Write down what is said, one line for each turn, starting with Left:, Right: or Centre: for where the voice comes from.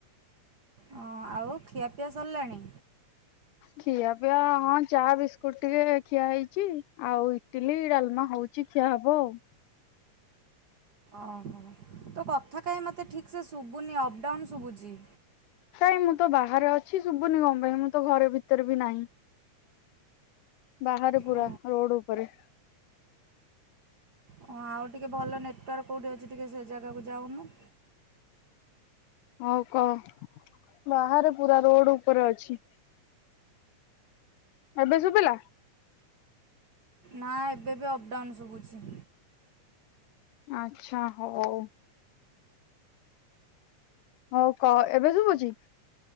Right: ହଁ ଆଉ ଖିଆପିଆ ସରିଲାଣି?
Left: ଖିଆ ପିଆ ହଁ ଚା ବିସ୍କୁଟ ଟିକେ ଖିଆ ହେଇଛି। ଆଉ ଇଟିଲି ଡାଲମା ହଉ ହଉଚି ଖିଆ ହବ ଆଉ।
Right: ଓହୋ ତ କଥା କାହି ମୋତେ ଠିକ୍ ସେ ଶୁଭୁନି ଅପ୍ ଡାଉନ୍ ଶୁଭୁଛି।
Left: କାଇଁ ମୁଁ ତ ବାହାରେ ଅଛି ଶୁଭୁନି କଣ ପାଇଁ ମୁଁ ତ ଘର ଭିତରେ ବି ନାହିଁ। ବାହାରେ ପୁରା
Right: ଓ
Left: ରୋଡ ଉପରେ।
Right: ହଁ ଆଉ ଟିକେ ଭଲ ନେଟୱାର୍କ କେଉଠି ଅଛି ଟିକେ ସେ ଜାଗାକୁ ଯାଉନୁ।
Left: ହଉ କହ ବାହାରେ ପୁରା ରୋଡ ଉପରେ ଅଛି। ଏବେ ଶୁଭିଲା?
Right: ନା ଏବେ ବି ଅପ ଡାଉନ୍ ଶୁଭୁଛି।
Left: ଆଚ୍ଛା ହଉ। ହଉ କହ ଏବେ ଶୁଭୁଛି?